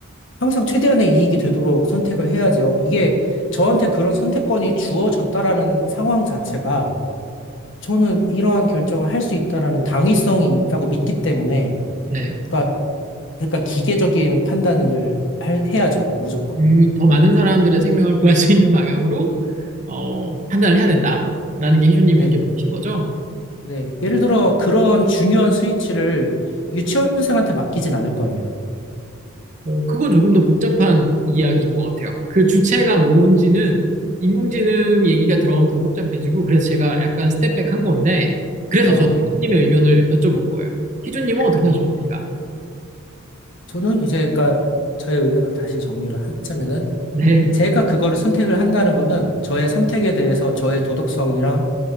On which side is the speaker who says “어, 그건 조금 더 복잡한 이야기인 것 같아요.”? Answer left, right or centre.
Right